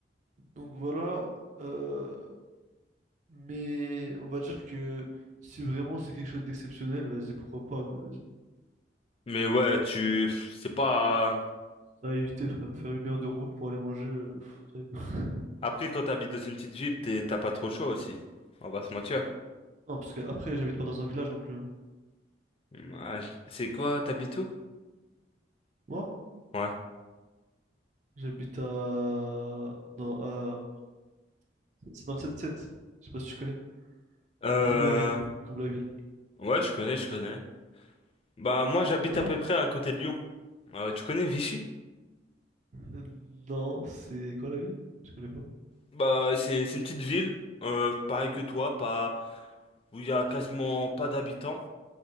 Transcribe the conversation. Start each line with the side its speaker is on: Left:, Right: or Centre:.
Right: donc voilà. Euh, Mais on va dire que si vraiment c'est quelque chose d'exceptionnel, vas-y, pourquoi pas, mais vas-y.
Left: Mais ouais, tu... pff, C'est pas...
Right: à éviter, frère, faire une heure de route pour aller manger. euh, pff, ça y est. <laughs>
Left: Après, quand t'habites dans une petite ville, t'es- t'as pas trop le choix aussi. On va se mentir.
Right: Non, parce que après j'habite pas dans un village non plus. hein.
Left: Ouais. C'est quoi, t'habites où?
Right: Moi,
Left: Ouais.
Right: j'habite à... dans, à- C'est dans le 7-7. Je sais pas si tu connais.
Left: Euh...
Right: Comble-la-Ville. Comble-la-Ville.
Left: Ouais, je connais, je connais. Bah, moi, j'habite
Right: Et toi?
Left: à peu près à côté de Lyon. Euh, tu connais Vichy?
Right: Euh, Non, c'est quoi la ville? Je connais pas.
Left: Bah, c'est c'est une petite ville, euh, pareil que toi, pas... où il y a quasiment pas d'habitants,